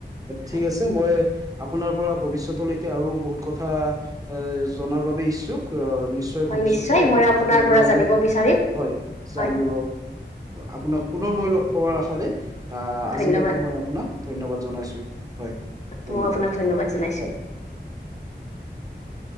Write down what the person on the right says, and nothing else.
ঠিক আছে মই আপোনাৰ পৰা ভৱিষ্যতলৈকে আৰু বহুত কথা কথা এ জনাৰ বাবে ইচ্ছুক অহ নিশ্চয়
ভৱিষ্যতে
আপোনাৰ পৰা
মই
হয় জানিব
আপোনাক পুনৰ মই লগ পোৱাৰ আশাৰে আজি
আজিলৈকে মই আপোনাক ধন্যবাদ জনাইছোঁ। হয় ধন্যবাদ
হয় <inaudible>